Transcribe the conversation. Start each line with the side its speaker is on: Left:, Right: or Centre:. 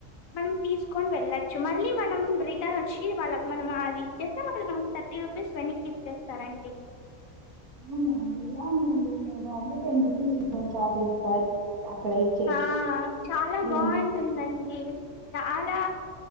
Left: మనం తీసుకొని వెళ్ళ చు మలీ మనం రిటర్న్ వాళ్ళకి మనం అది ఇచ్చేస్తే మలి మన థర్టీ రూపీస్ వెనక్కి ఇచ్చేస్తారండి
Right: అవునండి ఇలా ఉందండి ఎలాంటే టెన్ రూపీస్ మమ్మ ఛార్జ్ చేస్తారు అక్కడ ఇచ్చేకి
Left: ఆ చాలా
Right: ఉమ్
Left: బాగుంటుందండి చాలా